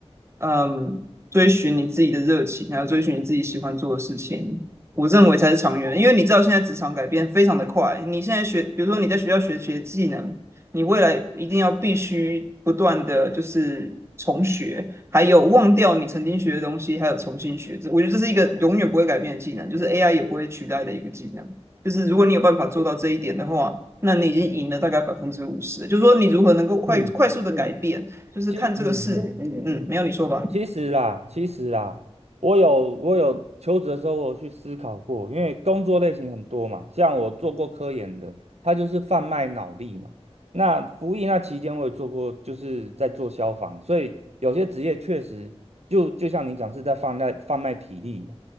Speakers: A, on the right; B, on the right.
A: 嗯，追寻你自己的热情，还有追寻你自己喜欢做的事情，我认为才是长远的。因为你知道现在职场改变非常的快，你现在学，比如说你在学校学学技能，你未来一定要必须不断的就是重学，还有忘掉你曾经学的东西，还有重新学。这我觉得这是一个永远不会改变的技能，就是 AI 也不会取代的一个技能。就是如果你有办法做到这一点的话，那你已经赢了大概百分之五十。就是说你如何能够快快速的改变。
B: 嗯，
A: 就是看这个事，
B: 其实嗯嗯。
A: 嗯嗯没有你说吧，
B: 其实啦，其实啦，我有我有求职的时候，我有去思考过，因为工作类型很多嘛，像我做过科研的，它就是贩卖脑力嘛。那服役那期间，我也做过，就是在做消防，所以有些职业确实就就像你讲是在贩卖贩卖体力啊。